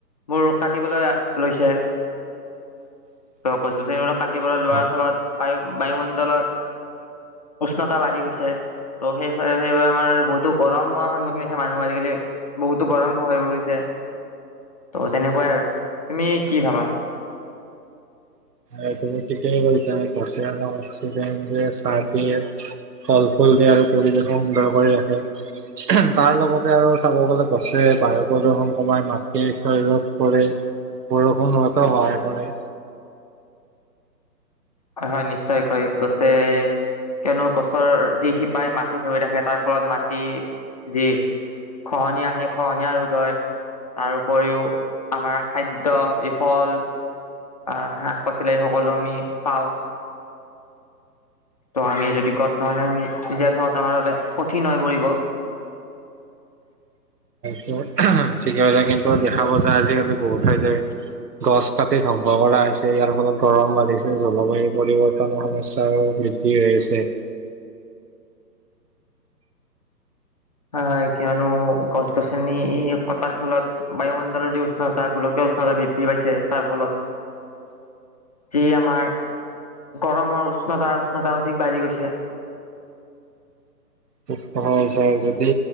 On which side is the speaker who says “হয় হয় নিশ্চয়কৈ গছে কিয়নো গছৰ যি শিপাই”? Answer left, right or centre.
Left